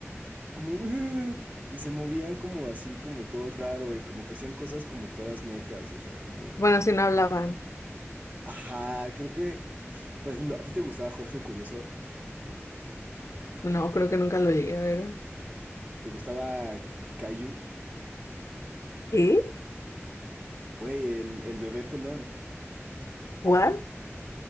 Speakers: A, on the right; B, on the left.
A: como, "Eh", y se movían como así, como todo raro, y como que hacían cosas como todas mecas, o sea, como,
B: Bueno, si no hablaban.
A: ajá, creo que, por ejemplo, ¿a ti te gustaba Jorge el Curioso?
B: No, creo que nunca lo llegué a ver.
A: ¿Te gustaba Caillou?
B: ¿Qué?
A: Güey, el, el bebé pelón.
B: ¿What?